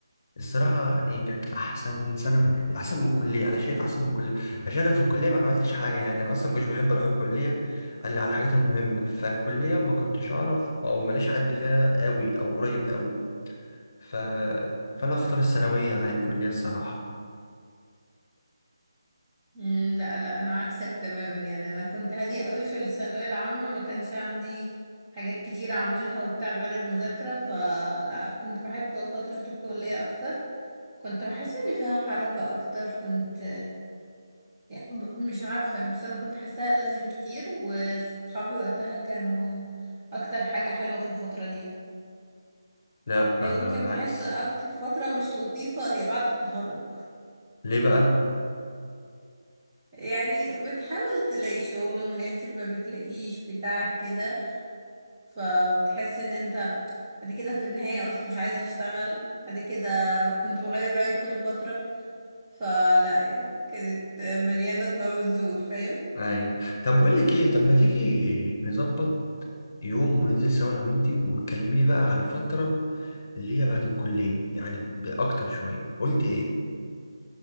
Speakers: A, on the left; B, on the right.
A: الصراحه يعني كانت احسن سنه في حياتي احسن من الكليه انا شايف احسن من الكليه عشان انا في الكليه ما عملتش حاجه يعني انا اصلا ما كنتش بحب اروح الكليه الا على الحاجات المهمه فالكليه ما كنتش اعرف او ماليش حد فيها قوي او قريب قوي ف... فانا اختار الثانويه عن الكليه الصراحه
B: مم، لا لا أنا عكسك تماما يعني أنا كنت هادية قوي في الثانوية العامة ما كانش عندي حاجات كتير أعملها وبتاع غير المذاكرة فلا كنت بحب فترة الكلية أكتر كنت بحس إن فيها حركة أكتر كنت يعني ب- مش عارفة بس أنا كنت حاساها ألذ بكتير وصحابي وقتها كانوا أكتر حاجة حلوة في الفترة دي يعني
A: لا
B: يعني
A: انا
B: يمكن بحس
A: عكس
B: أكتر فترة مش لطيفة هي بعد التخرج
A: ليه بقى
B: يعني بتحاول تلاقي شغل مناسب ما بتلاقيش بتاع كده فبتحس إن أنت بعد كده في النهاية قلت مش عايزة أشتغل بعد كده كنت بغير رأيي كل فترة فلا يعني كانت مليانة طلوع ونزول فاهم؟
A: ايوه طب بقول لك ايه طب ما تيجي نظبط يوم وننزل سوا انا وانتي وتكلميني بقى على الفتره اللي هي بعد الكلية يعني بأكتر شوية قلت إيه